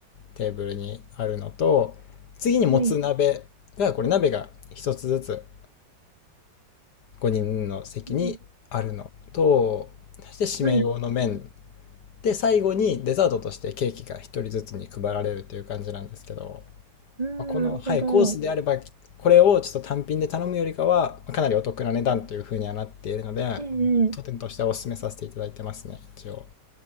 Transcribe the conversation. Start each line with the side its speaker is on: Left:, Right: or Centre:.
Left: テーブルにあるのと次にもつ鍋がこれ鍋が1つずつ
Right: はい。
Left: 5人の席にあるのとそして締め用の麺
Right: うんはい。
Left: で最後にデザートとしてケーキが一人ずつに配られるという感じなんですけど、
Right: うん、
Left: この、
Right: なるほど。
Left: はい、コースであればこれをちょっと単品で頼むよりかはかなりお得な値段というふうにはなっているので当店としてはお勧めさせていただいてますね一応
Right: ええ